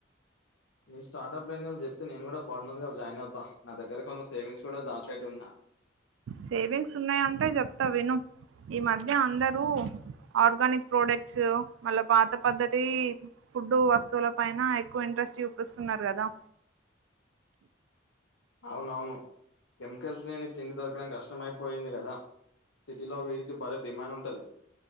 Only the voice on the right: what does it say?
సేవింగ్స్ ఉన్నాయంటే చెప్తా విను ఈ మధ్య అందరూ ఆర్గానిక్ ప్రోడక్ట్స్ మళ్ళ పాత పద్దతి ఫుడ్ వస్తువుల పైన ఎక్కువ ఇం ట్రెస్ట్ చూపిస్తున్నారు కదా